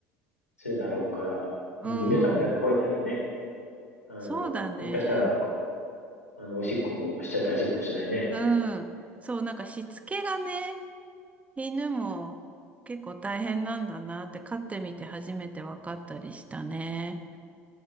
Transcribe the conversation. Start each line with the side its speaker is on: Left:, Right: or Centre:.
Left: するだろうから、
Right: うん。
Left: うん、犬だとやっぱ吠えたりね、あの、
Right: そうだね。
Left: もしかしたら、あの、おしっこもしちゃったりするかもしれないね。
Right: うん。そう、なんかしつけがね、犬も結構大変なんだなって飼ってみて初めて分かったりしたね。